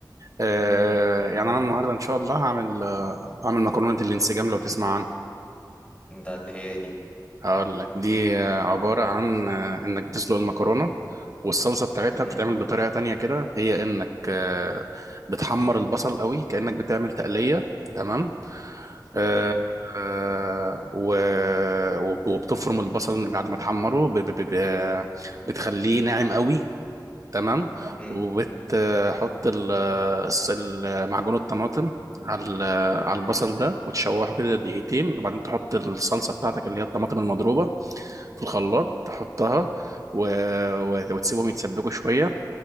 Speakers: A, on the right; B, on the left.
A: آه
B: امم
A: يعني انا النهارده ان شاء الله هعمل آه، هعمل مكرونة الانسجام لو تسمع عنها.
B: ده اللي هي دي
A: هقول لك دي عبارة عن إنك بتسلق المكرونة والصلصة بتاعتها
B: امم
A: بتتعمل بطريقة تانية كده هي إنك آه، بتحمر البصل قوي كأنك بتعمل تقلية تمام آه،
B: امم
A: آه، و- وب- وبتفرم البصل بعد ما تحمره ب- ب- ب- ب- بتخليه ناعم قوي تمام
B: امم
A: وبتحط ال- الص- ال- معجون الطماطم على ال- على البصل ده وتشوحه كده دقيقتين وبعدين تحط الصلصة بتاعتك اللي هي الطماطم المضروبة في الخلاط تحطها و... و... وتسيبهم يتسبكوا شوية